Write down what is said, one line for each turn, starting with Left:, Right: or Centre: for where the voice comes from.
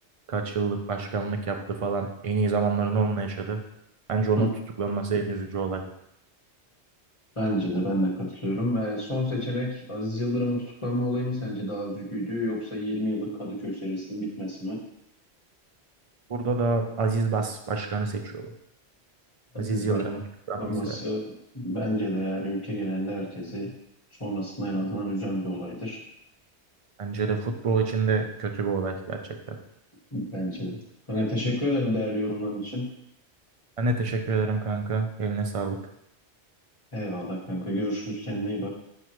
Right: Kaç yıllık başkanlık yaptı falan. En iyi zamanlarını onunla yaşadı. Bence onun
Left: Hı.
Right: tutuklanması en üzücü olay.
Left: Bence de ben de katılıyorum. Ee, son seçenek Aziz Yıldırım'ın tutuklanma olayı mı sence daha üzücüydü yoksa 20 yıllık Kadıköy serisinin bitmesi mi?
Right: Burada da Aziz Bas başkanı seçiyorum.
Left: Aziz
Right: Aziz Yıldırım'ın
Left: Başkan
Right: tutuklanması
Left: tutuklanması bence de yani ülke genelinde herkesi sonrasında en azından üzen bir olaydır.
Right: bence de futbol için de kötü bir olay gerçekten.
Left: Bence de. Kanka teşekkür ederim değerli yorumların için.
Right: Ben de teşekkür ederim kanka. Eline sağlık.
Left: Eyvallah kanka görüşürüz kendine iyi bak.